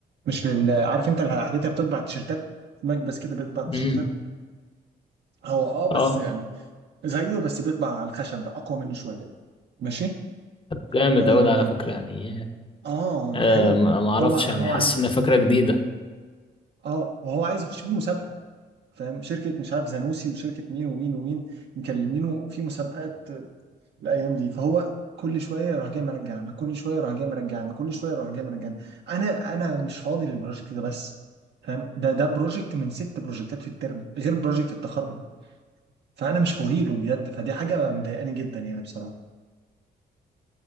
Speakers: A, on the right; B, on the left.
A: مش لل عارف انت الحاجات اللي بتطبع التيشيرتات مكبس كده بيطبع التيشيرتات
B: امم
A: هو اه بس
B: اه
A: يعني زيه بس بيطبع على الخشب اقوى منه شويه ماشي
B: طب جامد
A: اه,
B: اوي ده على فكره يعني
A: آه
B: آه
A: حلو
B: ما ما اعرفش
A: هو
B: يعني
A: هو
B: حاسس
A: عايز
B: ان فكره جديده
A: اه وهو عايز يخش بيه مسابقه فاهم شركه مش عارف زانوسي وشركه مين ومين ومين مكلمينه في مسابقات الايام دي فهو كل شويه يروح جاي مرجعنا كل شويه يروح جاي مرجعنا كل شويه يروح جاي مرجعنا انا انا مش فاضي للبروجكت ده بس فاهم ده ده بروجكت من ست بروجكتات في الترم غير بروجكت التخرج فانا مش فاضي له بجد فدي حاجه مضايقاني جدا يعني بصراحه